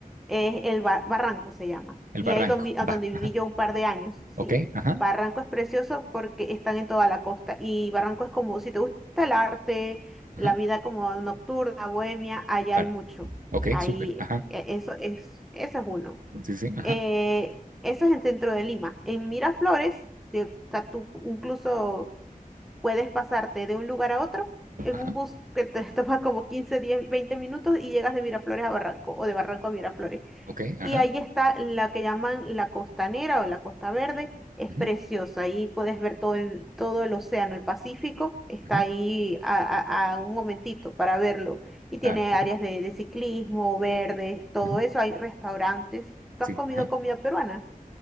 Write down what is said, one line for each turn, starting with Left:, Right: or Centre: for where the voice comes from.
Centre: es el Ba- Barranco se llama.
Right: El
Centre: Y
Right: barranco,
Centre: ahí donde, a
Right: va,
Centre: donde viví
Right: ajá,
Centre: yo un par de años, sí.
Right: ok, ajá,
Centre: Barranco es precioso porque están en toda la costa y Barranco es como, si te gusta el arte,
Right: ajá,
Centre: la vida como nocturna, bohemia, allá
Right: claro,
Centre: hay mucho.
Right: ok,
Centre: Ahí,
Right: súper, ajá,
Centre: e- eso es, eso es uno.
Right: sí, sí, ajá,
Centre: Eh, eso es en centro de Lima. En Miraflores, de- o sea, tú incluso puedes pasarte de un lugar a otro en
Right: ajá,
Centre: un bus que te <laughs> toma como 15, 10, 20 minutos y llegas de Miraflores a Barranco o de Barranco a Miraflores.
Right: ok, ajá,
Centre: Y ahí está la que llaman la Costanera o la Costa Verde, es
Right: ujú,
Centre: preciosa, ahí puedes ver todo el, todo el océano, el Pacífico, está
Right: ujú,
Centre: ahí a, a- a un momentito para verlo. Y
Right: claro,
Centre: tiene
Right: ajá,
Centre: áreas de, de ciclismo, verdes, todo
Right: ujú,
Centre: eso, hay restaurantes. ¿Tú
Right: sí,
Centre: has comido
Right: ajá.
Centre: comida peruana?